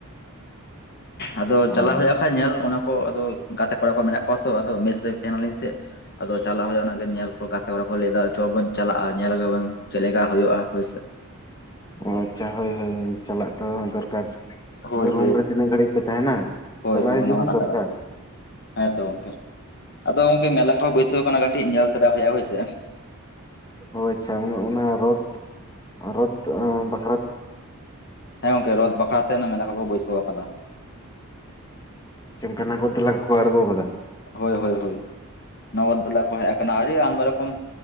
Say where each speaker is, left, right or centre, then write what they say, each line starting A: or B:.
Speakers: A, on the left (about 45°); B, on the left (about 15°).
A: ᱟᱫᱚ
B: ᱚ
A: ᱪᱟᱞᱟᱜ ᱦᱩᱭᱩᱜ
B: ᱟᱪᱪᱷᱟ
A: ᱠᱷᱟᱡ ᱧᱮᱞ ᱚᱱᱟ ᱠᱚ ᱟᱫᱚ ᱜᱟᱛᱮ ᱠᱚᱲᱟ ᱠᱚ ᱢᱮᱱᱟᱜ ᱠᱚᱣᱟ ᱛᱚ ᱟᱫᱚ ᱢᱮᱥ ᱨᱮ ᱛᱟᱦᱮᱱᱟᱹᱞᱤᱧ ᱥᱮ᱾ ᱟᱫᱚ ᱪᱟᱞᱟᱜ ᱦᱩᱭᱩᱜᱼᱟ ᱚᱱᱟᱜᱮ ᱧᱮᱞ ᱠᱚ ᱜᱟᱛᱮ ᱠᱚᱲᱟ ᱠᱚ ᱞᱟᱹᱭ ᱫᱟ ᱪᱚᱵᱚᱱ ᱪᱟᱞᱟᱜᱼᱟ ᱧᱮᱞ ᱟᱹᱜᱩᱭ ᱵᱚᱱ ᱪᱮᱫ ᱞᱮᱠᱟ ᱦᱩᱭᱩᱜᱼᱟ ᱦᱳᱭᱥᱮ᱾
B: ᱚ ᱟᱪᱷᱟ ᱦᱳᱭ ᱦᱳᱭ ᱪᱟᱞᱟᱜ ᱛᱚ ᱫᱚᱨᱠᱟᱨ᱾
A: ᱦᱳᱭ
B: ᱟᱫᱚ ᱨᱩᱢ
A: ᱦᱳᱭ
B: ᱨᱮ ᱛᱤᱱᱟᱹᱜ ᱜᱷᱟᱹᱲᱤᱡ ᱠᱚ ᱛᱟᱦᱮᱱᱟ,
A: ᱦᱳᱭ
B: ᱪᱟᱞᱟᱜ
A: ᱦᱳᱭ
B: ᱦᱤᱡᱩᱜ
A: ᱚᱱᱟ ᱢᱟ
B: ᱦᱚᱸ
A: ᱠᱟᱛᱷᱟ
B: ᱫᱚᱨᱠᱟᱨ᱾
A: ᱠᱟᱱ ᱜᱮᱭᱟ ᱦᱮᱸ ᱛᱚ ᱜᱚᱝᱠᱮ, ᱟᱫᱚ ᱜᱚᱝᱠᱮ ᱢᱮᱞᱟ ᱠᱚᱦᱚᱸ ᱵᱟᱹᱭᱥᱟᱹᱣ ᱠᱟᱱᱟ ᱠᱟᱹᱴᱤᱡ ᱧᱮᱞ ᱛᱟᱨᱟ ᱦᱩᱭᱩᱜᱼᱟ ᱦᱳᱭᱥᱮ᱾
B: ᱚ ᱟᱪᱷᱟ ᱚᱱᱟ ᱨᱚᱛ ᱨᱚᱛ ᱵᱟᱠᱨᱚᱛ
A: ᱦᱮᱸ ᱜᱚᱝᱠᱮ ᱨᱚᱛ ᱵᱟᱠᱷᱨᱟᱛᱮ ᱚᱱᱟ ᱢᱮᱞᱟ ᱠᱚᱠᱚ ᱵᱟᱹᱭᱥᱟᱹᱣ ᱟᱠᱟᱫᱟ ᱾
B: ᱪᱮᱢᱠᱟ ᱱᱚᱜᱚᱨᱫᱚᱞᱟ ᱠᱚ ᱟᱬᱜᱚᱣ ᱠᱟᱫᱟ
A: ᱦᱳᱭ ᱦᱳᱭ ᱦᱳᱭ ᱱᱚᱜᱚᱫᱽᱫᱚᱞᱟ ᱠᱚ ᱦᱮᱡ ᱟᱠᱟᱱᱟ ᱟᱹᱰᱤ ᱟᱢᱫᱟ ᱨᱚᱠᱚᱢ